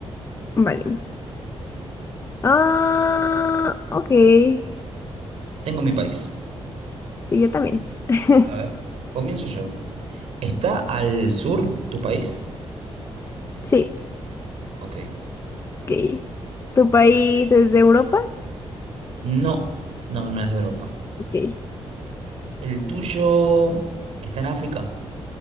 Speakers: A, on the left; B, on the right.
A: Vale. Ah, ok. Sí,
B: Tengo mi país.
A: yo también. <laughs>
B: A ver, comienzo yo. ¿Está al sur tu país?
A: Sí,
B: Ok.
A: ok. ¿Tu país es de Europa?
B: No, no, no es de Europa.
A: Ok.
B: ¿El tuyo está en África?